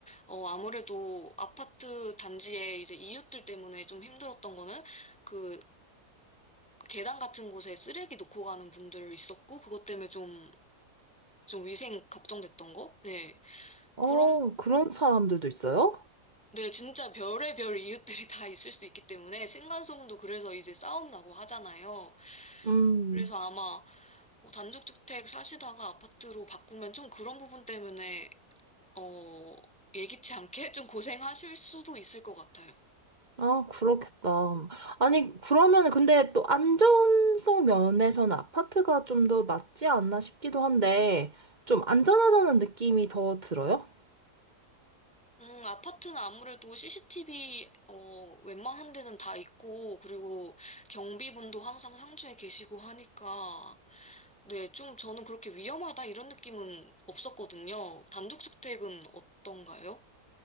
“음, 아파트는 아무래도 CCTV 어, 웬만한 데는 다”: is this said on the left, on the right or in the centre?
Centre